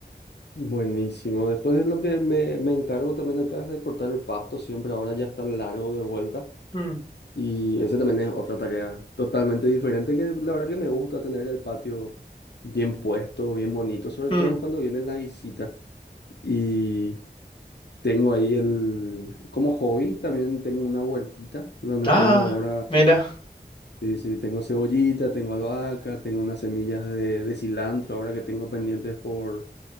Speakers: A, on the left; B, on the left.
A: Buenísimo. Después de lo que me, me encargo también acá es de cortar el pasto, siempre ahora ya está largo de vuelta.
B: Mm,
A: Y eso también es otra tarea totalmente diferente que la verdad que me gusta tener el patio bien puesto, bien bonito, sobre
B: mm.
A: todo cuando viene la visita. Y tengo ahí el, como hobby, también tengo una huertita donde
B: Ah,
A: tengo ahora,
B: mira.
A: sí, sí, tengo cebollita, tengo albahaca, tengo unas semillas de, de cilantro ahora que tengo pendientes por,